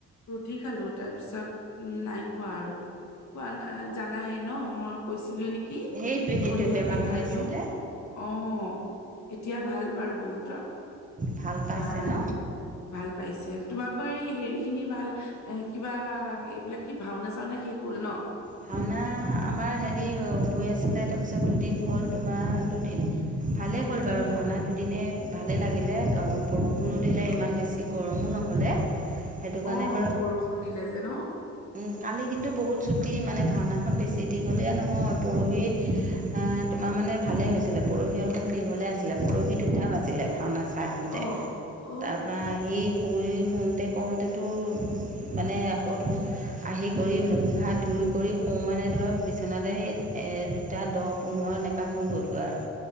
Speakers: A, on the left (about 65°); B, on the right (about 25°).
A: ৰুটি খালো তাৰপিছত উম নাই খোৱা আৰু খোৱা নাই জানাই ন মই কৈছিলো নেকি। কি
B: সেইটোৱে সেইটোৱে
A: সন্ধিয়াতে
B: বেমাৰ হৈ
A: খাই
B: আছিলে
A: দিওঁ অ' অ' এতিয়া ভাল বাৰু বহুতৰ
B: ভাল পাইছে
A: ভাল
B: ন
A: ভাল পাইছে তোমাকৰ এই হেৰি খিনি ভাল এ কিবা এইবিলাক। কি ভাওনা চাওনা শেষ হ'ল ন।
B: ভাওনা আমাৰ হেৰি হৈ আছিলে তাৰপিছত দুদিন হ'ল তোমাৰ দুদিন। ভালেই হ'ল বাৰু
A: উম,
B: ভাওনা দুদিনে ভালেই লাগিলে কাৰণ বৰষুণো
A: উম,
B: দিলে ইমান বেছ। গৰমো নহ'লে সেইটো কাৰণে
A: অ'
B: বাৰু।
A: বৰষুণ দিলে যে ন?
B: উম কালি কিন্তু বহুত ছুটি মানে ভাওনাখন বেছি দীঘলীয়া নহয় পৰহি। আ তোমাৰ মানে ভালে হৈছিলে পৰহি অকন দীঘলে আছিলে পৰহি দুটা বাজিলে ভাওনা। চা আহোতে
A: অ', অ',
B: তাপা আহি শুই। শুতে কওতেতো মানে আকৌ ধৰ আহি কৰি মোখ হাত। ধুই কৰি শুওঁ মানে ধৰক বিচনালৈ সেই দুটা দহ পোন্ধৰ এনেকুৱা হৈ গ'লগৈ আৰু।